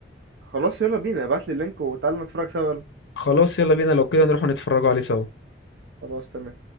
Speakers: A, on the right; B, on the left.
A: خلاص يلا بينا ابعت لي اللينك وتعالى نتفرج سوا يلا
B: خلاص يلا بينا لو كده نروح نتفرجوا عليه سوا
A: خلاص تمام